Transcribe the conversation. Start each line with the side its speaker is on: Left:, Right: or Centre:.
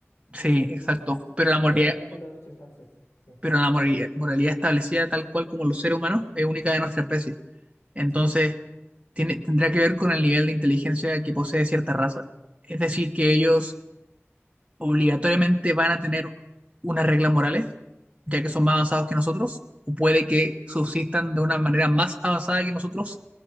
Left: Mm,
Right: Sí, exacto.
Left: No, sé, se,
Right: Pero
Left: se
Right: la
Left: me
Right: moralidad,
Left: viene a la mente los chimpancés, sí.
Right: pero la moralidad, moralidad establecida tal cual como los seres humanos es única de nuestra especie. Entonces,
Left: Sí.
Right: tiene, tendrá que ver con el nivel de inteligencia que posee cierta raza. Es decir, que ellos obligatoriamente van a tener unas reglas morales, ya que son más avanzados que nosotros, o puede que subsistan de una manera más avanzada que nosotros,